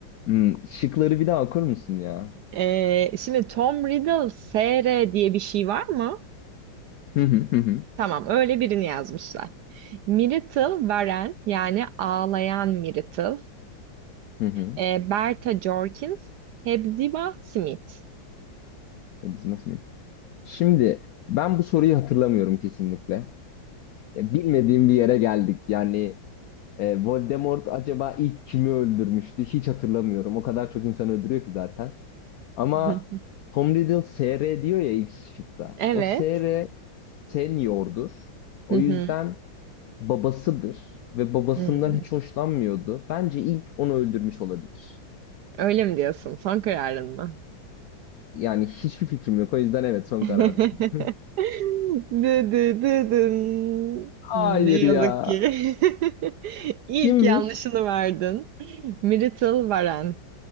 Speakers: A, on the left; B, on the right.
A: Hmm, şıkları bir daha okur musun ya?
B: Ee, şimdi Tom Riddle SR diye bir şey var mı?
A: Hı hı hı hı.
B: Tamam, öyle birini yazmışlar. Myrtle Warren yani ağlayan Myrtle.
A: Hı hı.
B: Ee, Berta Jorkins, Hepzibah Smith.
A: Ya biz nasıl bil- Şimdi ben bu soruyu hatırlamıyorum kesinlikle. Ya, bilmediğim bir yere geldik. Yani e, Voldemort acaba ilk kimi öldürmüştü? Hiç hatırlamıyorum. O kadar çok insan öldürüyor ki zaten. Ama
B: <laughs>
A: Tom Riddle SR diyor ya ilk şıkta.
B: Evet.
A: O SR seniordur. O
B: <laughs>
A: yüzden babasıdır ve babasından
B: Hmm,
A: hiç hoşlanmıyordu. Bence ilk onu öldürmüş olabilir.
B: öyle mi diyorsun? Son kararın mı?
A: Yani hiçbir fikrim yok. O yüzden evet son
B: <laughs>
A: kararım. <laughs>
B: Dı dı dı dın.
A: Hayır
B: Hmm, Ne yazık
A: ya.
B: ki. <laughs> İlk
A: Kimmiş?
B: yanlışını verdin. Myrtle Varen.